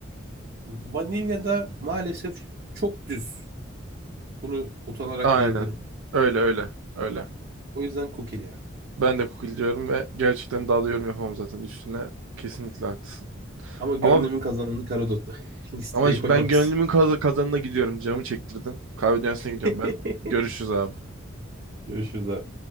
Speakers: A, on the right; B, on the right.
A: Vanilya da maalesef çok düz. Bunu utanarak
B: Aynen.
A: diyebilirim.
B: Öyle öyle. Öyle.
A: O yüzden kukili ya.
B: Ben de kukil diyorum ve gerçekten daha da yorum yapamam zaten üstüne. Kesinlikle haklısın.
A: Ama gönlümün
B: Ama
A: kazananı karadotlu. <laughs> Listeye
B: ama şimdi
A: koymamışsın.
B: ben gönlümün kaz- kazanına gidiyorum. Canımı çektirdin. Kahve dünyasına gidiyorum
A: <laughs>
B: ben. Görüşürüz abi.
A: Görüşürüz abi.